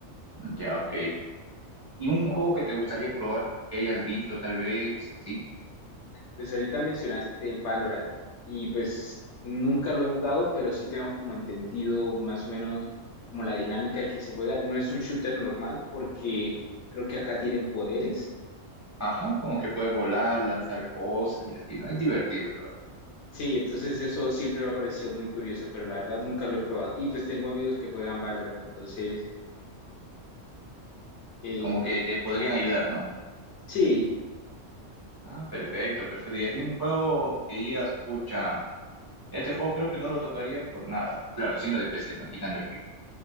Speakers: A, on the right; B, on the left.
A: Ya, ok. ¿Y un juego que te gustaría probar, que hayas visto tal vez, así?
B: Pues ahorita mencionaste Valorant y pues nunca lo he jugado, pero sí tengo como entendido más o menos como la dinámica que se juega. No es un shooter normal porque creo que acá tienen poderes.
A: Ajá, como que puedes volar, lanzar cosas y así, ¿no? Es divertido, ¿no?
B: Sí, entonces eso siempre me ha parecido muy curioso, pero la verdad nunca lo he probado. Y pues tengo amigos que juegan Valorant, entonces eh,
A: Y Como que te podrían ayudar, ¿no?
B: sí.
A: Ah, perfecto, perfecto. Y así un juego que digas, pucha. Este juego creo que no lo tocaría por nada. Claro, sino de PC, ¿no? Quitando el FIFA.